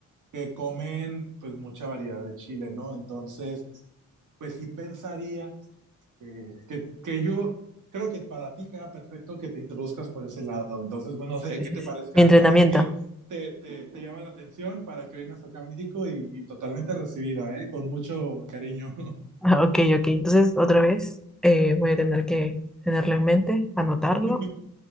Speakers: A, on the right; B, in the centre.
A: que comen pues mucha variedad de chile, ¿no? Entonces, pues sí pensaría que, que, que yo creo que para ti queda perfecto que te introduzcas por ese lado. Entonces, bueno, no sé
B: sí,
A: qué
B: sí,
A: te
B: sí.
A: parezca.
B: Mi entrenamiento.
A: Ahora sí que te, te, te llama la atención para que vengas acá a México y, y totalmente recibida, ¿eh? Con mucho cariño.
B: Ah, Ok, ok. Entonces, otra vez, eh, voy a tener que tenerlo en mente, anotarlo.
A: <laughs>